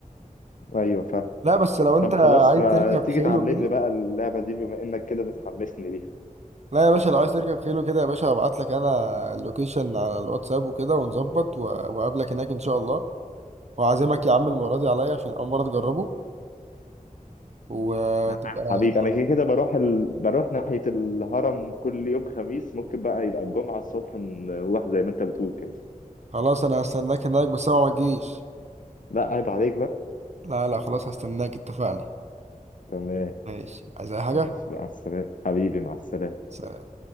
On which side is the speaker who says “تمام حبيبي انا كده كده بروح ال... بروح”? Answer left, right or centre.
Left